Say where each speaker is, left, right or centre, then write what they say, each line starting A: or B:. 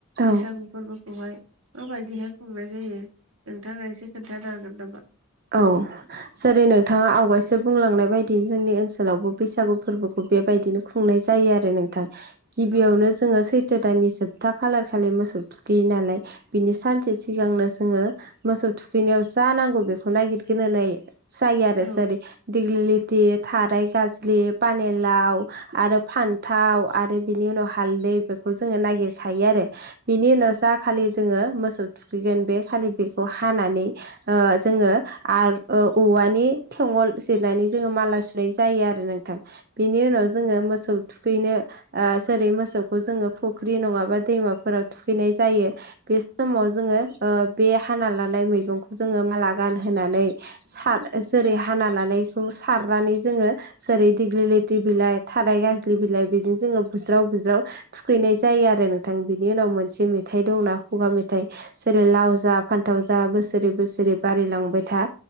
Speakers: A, on the right; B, on the right.
A: बैसागु
B: औ
A: फोरबोखौहाय माबायदिहाय खुंनाय जायो नोंथाङा एसे खोन्थानो हागोन नामा‌?
B: औ जेरै नोंथाङा आवगायसो बुंलांनाय बायदि जोंनि ओनसोलावबो बैसागु फोरबोखौ बेबायदिनो खुंनाय जायो आरो नोंथां। गिबियावनो
A: औ
B: जो जोङो सैथो दानानि सोबथा खालार खालि मोसौ थुखैयो नालाय। बिनि सानसे सिगांनो जोङो मोसौ थुखैनायाव जा नांगौ बेख खौ नायगिरग्रोनाय जायो आरो।
A: औ
B: जेरै दिग्लिलिथि, थाराय गाज्लि, पानि लाव आरो फान्थाव आरो बिनि उनाव हालदै बेखौ जोङो नागिरखायो आरो। बिनि उनाव जा खालि जोङो मोसौ थुखैगोन बे खालि बेखौ हानानै ओ जोङो आर औ औवानि थेङल जिरनानै जोङो माला सुनाय जायो आरो नोंथां। बेनि उनाव जोङो मोसौ थुखैनो ओ जेरै मोसौखौ जोङो फुख्रि नङाबा दैमाफोराव थुखैनाय जायो। बे स समाव जोङो ओ बे हाना लानाय मैगंखौ जोङो माला गानहोनानै सार जेरै हाना लानायखौ सारनानै जोङो। जेरै दिग्लिलिथि बिलाइ थाराय गाज्लि बिलाइ बेजों जोङो बुज्राव बुज्राव थुखैनाय जायो आरो नोंथां बिनि उनाव मोनसे मेथाइ दंना खुगा मेथाइ जेरै लाव जा फान्थाव जा बोसोरै बोसोरै बारिलां बाय था